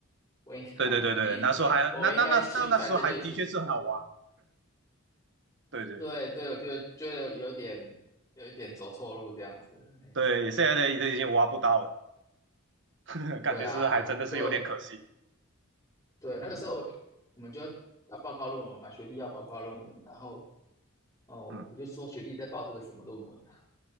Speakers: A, on the left; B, on the right.
A: 我应该，
B: 对对对对，
A: <laughs>
B: 那时候还那那那那那时候还的确是很好挖，
A: 我应我应该去干这件事情。
B: 对对
A: 对对，我觉得觉得有点有一点走错路这样子。哎，
B: 对，现在的都已经挖不到了，<laughs> 感觉是还真的是有点可惜，
A: 对啊，就对那个时候我们就要报告论文嘛，学弟要报告论文，然后哦，
B: 嗯，
A: 我就说学弟在报这个什么论文啊？